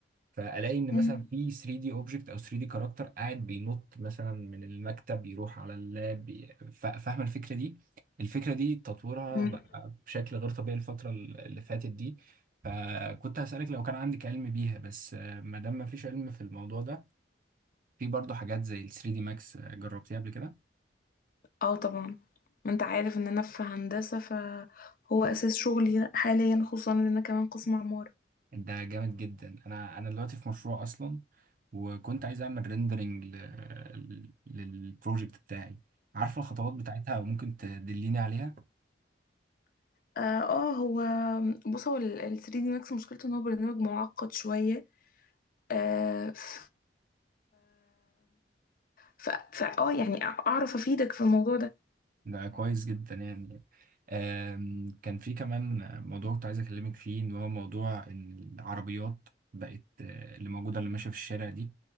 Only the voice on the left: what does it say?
مم.
مم.
اه طبعا ما انت عارف ان انا في هندسة فهو اساس شغلي حاليا خصوصا ان انا كمان قسم عمارة
اه آه، هو بص هو ال 3 دي ماكس مشكلته ان هو برنامج معقد شوية آه ف ف- ف- اه يعني اعرف افيدك في الموضوع ده